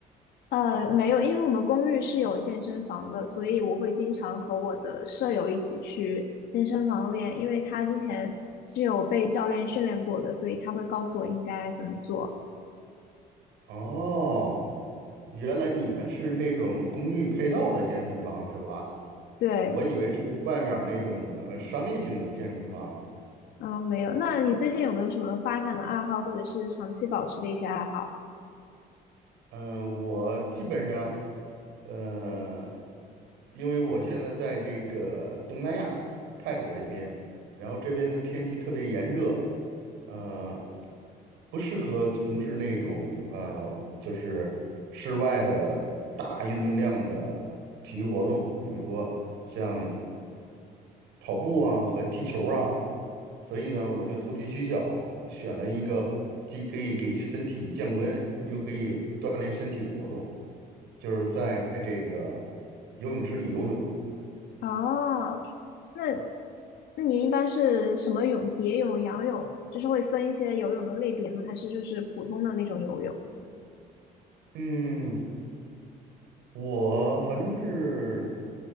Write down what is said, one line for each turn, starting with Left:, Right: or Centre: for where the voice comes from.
Left: 呃，没有，因为我们公寓是有健身房的，所以我会经常和我的舍友一起去健身房练，因为他之前是有被教练训练过的，所以他会告诉我应该怎么做。
Right: 哦，原来你们是那种公寓配套的健身房是吧？
Left: 对，
Right: 我以为是外面儿那种呃商业性的健身房。
Left: 嗯，没有。那你最近有没有什么发展的爱好，或者是长期保持的一些爱好？
Right: 嗯、我基本上，呃，因为我现在在这个东南亚泰国这边，然后这边的天气特别炎热，呃，不适合从事那种呃就是室外的大运动量的体育活动，比如说像跑步啊和踢球啊。所以呢，我就投机取巧，选了一个既可以给身体降温，又可以锻炼身体的活动，就是在这个游泳池里游泳。
Left: 哦，那那你一般是什么泳？蝶泳、仰泳，就是会分一些游泳的类别吗？还是就是普通的那种游泳？
Right: 嗯，我反正是